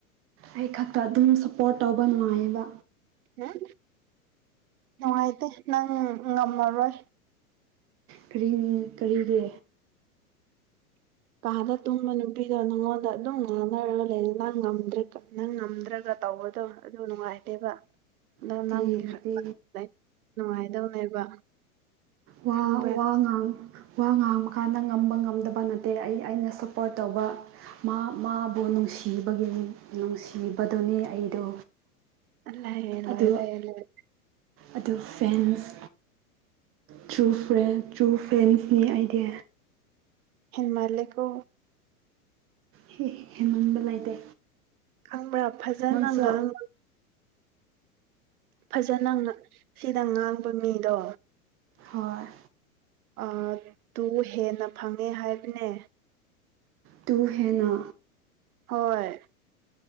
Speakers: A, on the right; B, on the right.
A: ꯑꯩ ꯈꯛꯇ ꯑꯗꯨꯝ ꯁꯞꯄꯣꯔꯠ ꯇꯧꯕ ꯅꯨꯡꯉꯥꯏꯌꯦꯕ
B: ꯎꯝ ꯅꯨꯡꯉꯥꯏꯇꯦ ꯅꯪ ꯉꯝꯃꯔꯣꯏ
A: ꯀꯔꯤ ꯀꯔꯤꯒꯤ
B: ꯀꯥꯗ ꯇꯨꯝꯕ ꯅꯨꯄꯤꯗꯣ ꯅꯪꯉꯣꯟꯗ ꯑꯗꯨꯝ ꯉꯥꯡꯅꯔꯒ ꯂꯩꯔꯅ ꯉꯝꯗ꯭ꯔꯦꯀ ꯅꯪ ꯉꯝꯗ꯭ꯔꯒ ꯇꯧꯕꯗꯣ ꯑꯗꯨ ꯅꯨꯡꯉꯥꯏꯇꯦꯕ ꯑꯗꯣ
A: ꯅꯠꯇꯦ
B: ꯅꯪꯒꯤ
A: ꯅꯠꯇꯦ
B: ꯀꯛꯇ ꯅꯨꯡꯉꯥꯏꯗꯧꯅꯦꯕ
A: ꯋꯥ
B: ꯈꯪꯕ꯭ꯔꯥ
A: ꯋꯥ ꯉꯥꯡ ꯋꯥ ꯉꯥꯡꯕ ꯀꯥꯟꯗ ꯉꯝꯕ ꯉꯝꯗꯕ ꯅꯠꯇꯦ ꯑꯩ ꯑꯩꯅ ꯁꯞꯄꯣꯔꯠ ꯇꯧꯕ ꯃꯥ ꯃꯥꯕꯨ ꯅꯨꯡꯁꯤꯕꯒꯤꯅꯤ ꯅꯨꯡꯁꯤꯕꯗꯨꯅꯤ ꯑꯩꯗꯣ
B: ꯑꯜꯂꯥꯏ ꯂꯣꯏꯔꯦ
A: ꯑꯗꯨ
B: ꯂꯣꯏ
A: ꯑꯗꯨ ꯐꯦꯟꯁ ꯇ꯭ꯔꯨ ꯐ꯭ꯔꯦꯟ ꯇ꯭ꯔꯨ ꯐ꯭ꯔꯦꯟꯁꯅꯤ ꯑꯩꯗꯤ
B: ꯍꯦꯃꯥꯜꯂꯦ ꯀꯣ
A: ꯍꯦ ꯍꯦꯟꯃꯟꯕ ꯂꯩꯇꯦ
B: ꯈꯪꯕ꯭ꯔꯥ ꯐꯖꯅ
A: ꯅꯪꯁꯨ
B: ꯉꯥꯡ ꯐꯖꯅ ꯁꯤꯗ ꯉꯥꯡꯕ ꯃꯤꯗꯣ
A: ꯍꯣꯏ
B: ꯑꯥ ꯇꯨ ꯍꯦꯟꯅ ꯐꯪꯉꯦ ꯍꯥꯏꯕꯅꯦ
A: ꯇꯨ ꯍꯦꯟꯅ
B: ꯍꯣꯏ